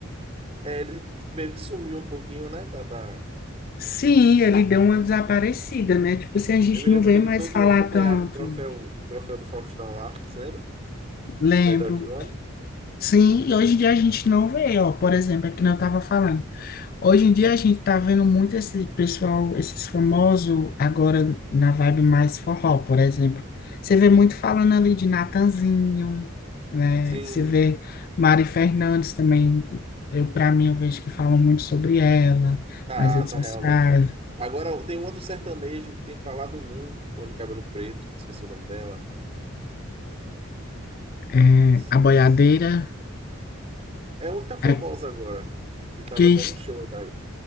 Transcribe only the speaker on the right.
É, ele meio que sumiu um pouquinho, né, da, da,
da mídia.
Eu me lembro
que ele
todo
ano ganhava
o troféu, o troféu do Faustão lá, você lembra?
Melhor do ano?
Sim.
Ah,
tá
realmente. Agora tem uma do sertanejo que tem falado muito quando o cabelo preto, que eu esqueci o nome dela.
Esqueci.
É uma que tá famosa
agora, que tava
até
no show. aí, tá?